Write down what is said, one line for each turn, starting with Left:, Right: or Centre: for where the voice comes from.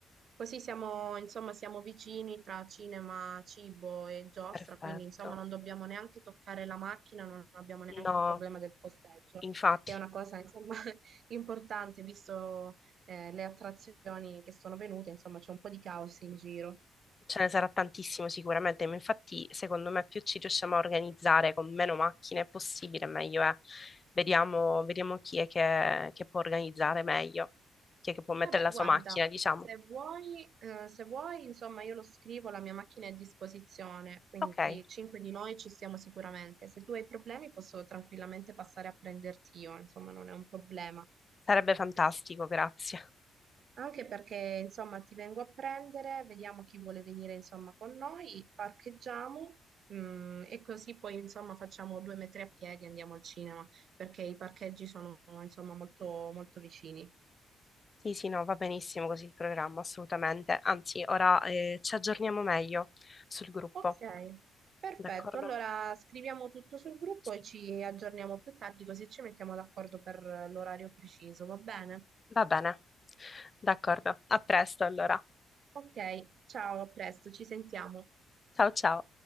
Right: Così siamo, insomma, siamo vicini tra cinema, cibo e giostra,
Left: Perfetto.
Right: quindi insomma non dobbiamo neanche toccare la macchina, non abbiamo neanche
Left: No,
Right: il problema del posteggio,
Left: infatti.
Right: che è una cosa insomma <laughs> importante, visto eh, le attrazioni che sono venute, insomma c'è un po' di caos in giro.
Left: Ce ne sarà tantissimo sicuramente, ma infatti secondo me più ci riusciamo a organizzare con meno macchine possibile, meglio è. Vediamo, vediamo chi è che, che può organizzare meglio, chi è che può mettere
Right: Vabbè,
Left: la
Right: guarda,
Left: sua macchina, diciamo.
Right: se vuoi, eh, se vuoi, insomma, io lo scrivo, la mia macchina è a disposizione, quindi
Left: Ok,
Right: cinque di noi ci siamo sicuramente. Se tu hai problemi posso tranquillamente passare a prenderti io, insomma, non è un problema.
Left: sarebbe fantastico, grazie.
Right: Anche perché, insomma, ti vengo a prendere, vediamo chi vuole venire, insomma, con noi, parcheggiamo, mm, e così poi, insomma, facciamo due metri a piedi e andiamo al cinema, perché i parcheggi sono, insomma, molto, molto vicini.
Left: Sì, sì, no, va benissimo così il programma, assolutamente. Anzi, ora eh, ci aggiorniamo meglio sul gruppo,
Right: Ok, perfetto.
Left: d'accordo?
Right: Allora scriviamo tutto sul gruppo
Left: Sì,
Right: e ci aggiorniamo più tardi, così ci mettiamo d'accordo per eh, l'orario preciso, va bene?
Left: va bene. D'accordo, a presto allora.
Right: Ok, ciao, a presto, ci sentiamo.
Left: Ciao ciao.